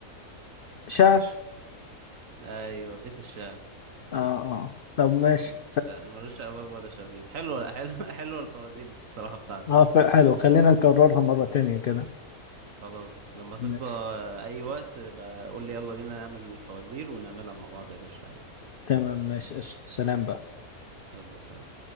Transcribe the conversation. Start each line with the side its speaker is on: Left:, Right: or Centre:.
Left: شعر
Right: أيوة بيت الشعر
Left: اه اه طب ماشي
Right: بيت الشعر ملوش أبواب ولا شبابيك حلوة حلوة <laughs> حلوة الفوازير دي الصراحة بتاعتي
Left: اه ف- حلو خلينا نكررها مرة تانية كده
Right: خلاص لما تفضى
Left: ماشي
Right: أي وقت بقى قول لي يلا بينا نعمل الفوازير ونعملها مع بعض يا باشا عادي
Left: تمام ماشي قشطة سلام بقى
Right: يلا سلام